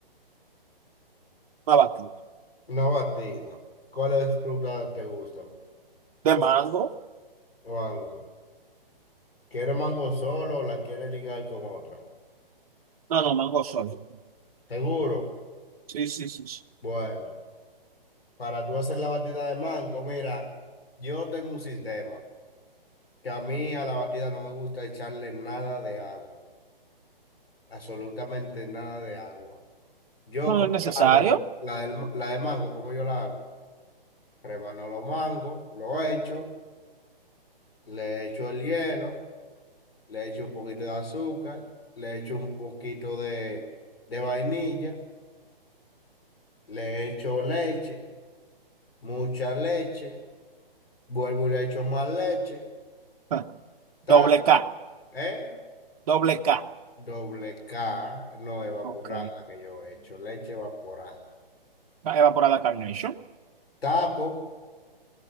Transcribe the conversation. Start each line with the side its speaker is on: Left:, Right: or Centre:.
Right: Una batida.
Left: Una batida. ¿Cuáles frutas te gustan?
Right: ¿De mango?
Left: Mango. ¿Quieres mango solo o la quieres ligar con otra?
Right: No, no, mango sólido.
Left: ¿Seguro?
Right: Sí, sí, sí, sí.
Left: Bueno, para tú hacer la batida de mango, mira, yo tengo un sistema que a mí a la batida no me gusta echarle nada de agua, absolutamente nada de agua. Yo,
Right: No,
Left: ¿cómo
Right: no es necesario.
Left: la hago?
Right: <laughs>
Left: La, del ma- la de mango, ¿cómo yo la hago? Remano los mangos, lo echo, le echo el hielo. le echo un poquito de azúcar, le echo un poquito de, de vainilla, le echo leche, mucha leche, vuelvo y le echo más leche,
Right: Ah,
Left: ta,
Right: Doble K,
Left: ¿eh?
Right: doble K.
Left: Doble K, no evaporada
Right: Ok.
Left: que yo he hecho, leche evaporada.
Right: Ah, Evaporada Carnation.
Left: Tapo